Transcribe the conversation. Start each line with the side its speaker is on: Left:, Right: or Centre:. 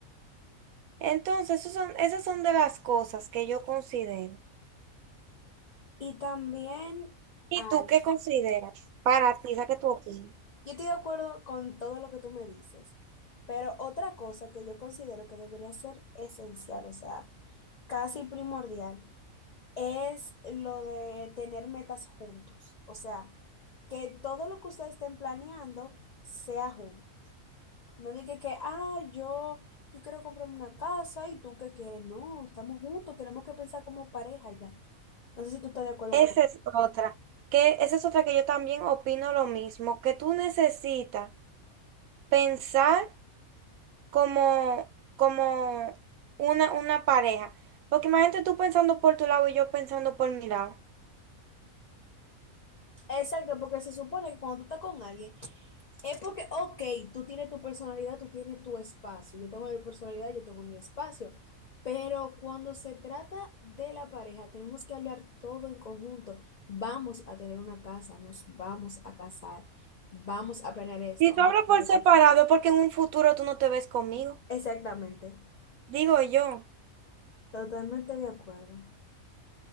Right: Entonces, esos son, esas son de las cosas que yo considero.
Left: Y también
Right: ¿Y
Left: algo.
Right: tú qué consideras para ti, sabes qué tú opinas?
Left: Yo estoy de acuerdo con todo lo que tú me dices, pero otra cosa que yo considero que debería ser esencial, o sea, casi primordial, es lo de tener metas juntos. O sea, que todo lo que ustedes estén planeando sea junto. No diga que, ah, yo, yo quiero comprarme una casa y tú qué quieres. No, estamos juntos, tenemos que pensar como pareja ya. No sé si tú estás de acuerdo
Right: Esa
Left: con
Right: es otra, que esa es otra que yo también opino lo mismo, que tú necesitas pensar como, como una, una pareja. Porque imagínate tú pensando por tu lado y yo pensando por mi lado.
Left: Exacto, porque se supone que cuando tú estás con alguien, Es porque, ok, tú tienes tu personalidad, tú tienes tu espacio. Yo tengo mi personalidad, yo tengo mi espacio. Pero cuando se trata de la pareja, tenemos que hablar todo en conjunto. Vamos a tener una casa, nos vamos a casar, vamos a planear esto,
Right: Si tú
Left: vamos
Right: hablas
Left: a...
Right: por separado es porque en un futuro tú no te ves conmigo,
Left: Exactamente,
Right: digo yo.
Left: totalmente de acuerdo.